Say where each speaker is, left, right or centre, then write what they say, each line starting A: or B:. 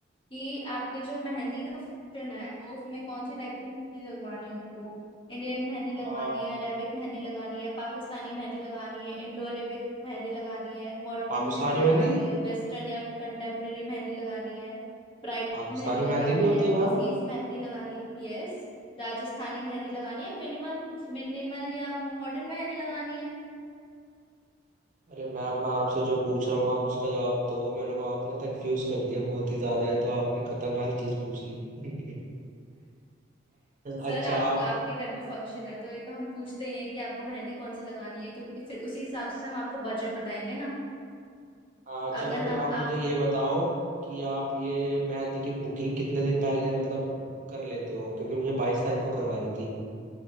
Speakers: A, on the left (about 25°); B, on the right (about 40°).
A: कि आपके जो मेहंदी का फंक्शन है तो उसमें कौन से टाइप की मेहंदी लगवानी है उनको इंडियन मेहंदी लगवानी
B: अ,
A: है अरेबिक मेहंदी लगानी है पाकिस्तानी मेहंदी लगानी है इंडो अरेबिक मेहंदी लगानी है मोरक्कन
B: पाकिस्तानी
A: मेहंदी लगानी
B: मेहंदी
A: है वेस्टर्न या कंटेम्प्रेरी मेहंदी लगानी है ब्राइडल
B: पाकिस्तानी
A: मेहंदी लगानी
B: मेहंदी भी
A: है
B: होती है मैम
A: खफीफ मेहंदी लगानी है यस राजस्थानी मेहंदी लगानी है मिनिमम मिनिमल या मॉडर्न मेहंदी लगानी है
B: अरे मैम मैं आपसे जो पूछ रहा हूँ आप उसका जवाब दो मेरे को आपने कंफ्यूज कर दिया बहुत ही ज्यादा है तो आपने खतरनाक चीज पूछ ली <laughs> अच्छा
A: सर आप
B: आप
A: आपके घर में फंक्शन है तो ये तो हम पूछते ही हैं कि आपको मेहंदी कौन सी लगानी है क्योंकि फिर उसी हिसाब से हम आपको बजट बताएंगे ना
B: हाँ चलो
A: अगर
B: फिर
A: हम
B: आप मुझे
A: आप
B: ये बताओ कि आप ये मेहंदी की बुकिंग कितने दिन पहले मतलब कर लेते हो क्योंकि मुझे बाईस तारीख को करवानी थी